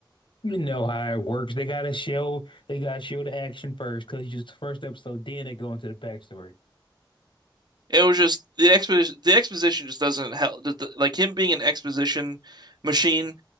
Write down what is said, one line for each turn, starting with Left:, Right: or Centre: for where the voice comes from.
Left: You know how it works. They gotta show, they gotta show the action first because just the first episode. Then they go into the backstory.
Right: It was just the exposition. The exposition just doesn't help. th- th- Like him being an exposition machine,